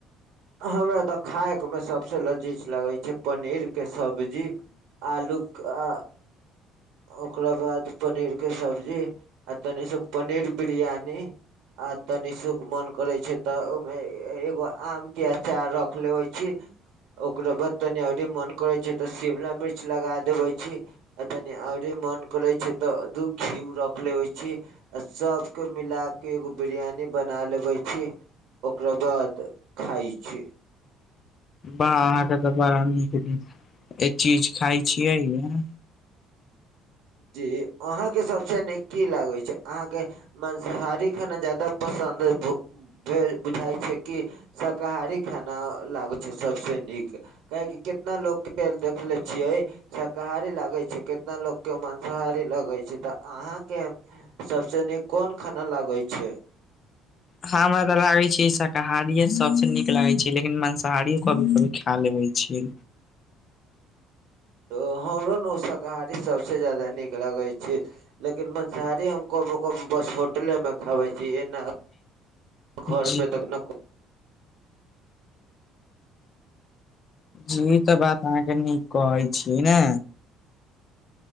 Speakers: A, on the right; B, on the left.
A: हमरा तऽ खायक में सबस लजीज लागे छै पनीर के सब् जी आलू कऽ ओकरा बाद पनीर के सब्जी। आ तनिसक पनीर बिरयानी आ तनि सुख मन करे छै त, ओमे एगो आम के अचार रख लेबै छी ओकरा बाद तनि ओरी मन करे छै, त शिमला मिर्च लगा देबै छी। आ तनि आउरे मन करै छै त, दू घीउ रख लेबै छी। आ सबके मिला के एगो बिरयानी बना लेबै छी, ओकरा बाद खाइ छै।
B: वाह अहाँके तऽ बड़ा नीक नीक ए चीज खाय छियैये?
A: जी अहाँके सबसे नीक की लागै छै? अहाँके माँंसाहारी खाना जादा पसन्द भ-भेल बुझाय छै कि शाकाहारी खाना लागै छै सबसे नीक। काहेकी केतना लोक खेल देखले छियै शाकाहारी लागै छै, कितना लोक के मांसाहारी लगे छै, तऽ अहां के सबसे नीक कोन खाना लागै छै?
B: खाना तऽ लागै छै शाकाहारिये सबसँ नीक लागै छै, लेकिन मांसाहारीय कभी कभी खा लेबै छीयै।
A: तऽ हमरा न शाकाहारी सबसँ ज्यादा नीक लगै छै, ले लेकिन मंसाहारी हम कबो कबो बस होटले में खबै छी एना, घर
B: जी
A: पे त नको
B: जी ई तऽ बात अहाँके नीक कहै छीयै ने?